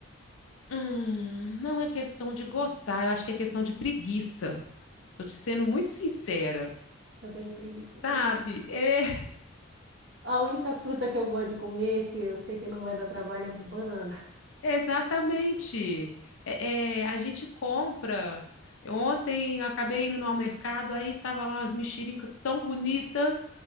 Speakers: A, on the left; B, on the right.
A: Hum, não é questão de gostar, eu acho que é questão de preguiça. Tô te sendo muito sincera,
B: Eu tenho preguiça
A: sabe?
B: também.
A: É, <laughs>
B: A única fruta que eu gosto de comer, que eu sei que não vai dar trabalho, é banana.
A: exatamente. É, é, a gente compra. Ontem eu acabei indo ao mercado, aí tava lá umas mexerica tão bonita.